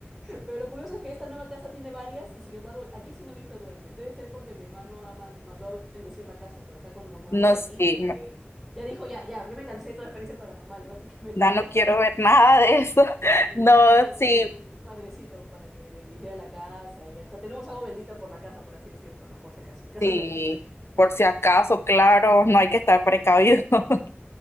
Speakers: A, in the centre; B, on the left.
A: Pero lo curioso es que esta nueva casa tiene varias y sin embargo aquí sí no he visto duendes. Debe ser porque mi hermano ha man- mandó a bendecir la casa. Pues, o sea, cuando nos mudamos
B: No,
A: aquí,
B: sí,
A: como
B: no,
A: que ya dijo, ya, ya, ya me cansé de todas las experiencias paranormales, <laughs> básicamente.
B: ya no quiero ver nada de eso. <laughs>
A: Y, y-
B: No,
A: y trajo
B: sí,
A: pues, un, un padrecito para que bendijera la casa y hasta tenemos agua bendita por la casa, por así decirlo, ¿no? Por si acaso, en caso
B: sí,
A: de emergencia.
B: por si acaso, claro, no hay que estar precavido. <laughs>